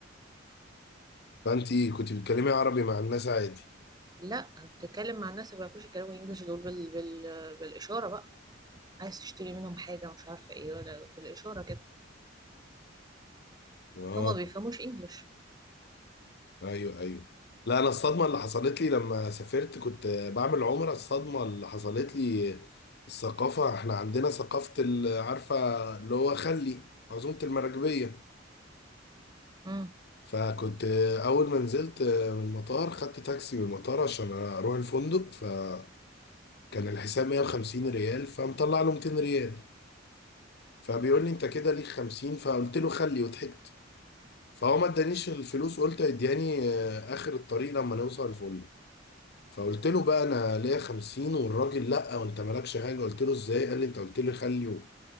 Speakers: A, on the left; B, on the right.
A: فانت كنت بتتكلمي عربي مع الناس عادي
B: لا بتتكلم مع الناس ما بيعرفوش يتكلموا إنجليش دول بال بال بالإشارة بقى عايز تشتري منهم حاجة مش عارفة إيه ولا بالإشارة كده
A: اه
B: هما ما بيفهموش إنجليش
A: ايوه ايوه لا انا الصدمه اللي حصلت لي لما سافرت كنت بعمل عمره الصدمه اللي حصلت لي الثقافه احنا عندنا ثقافه ال- عارفه اللي هو خلي عزومه المراكبيه
B: امم
A: فكنت اول ما نزلت من المطار خدت تاكسي من المطار عشان اروح الفندق فكان الحساب 150 ريال فمطلع له 200 ريال فبيقول لي انت كده ليك 50 فقلت له خلي وضحكت فهو ما ادانيش الفلوس قلت ادياني آه، اخر الطريق لما نوصل الفندق فقلت له بقى انا ليا 50 والراجل لا وانت مالكش حاجه قلت له ازاي قال لي انت قلت لي خليه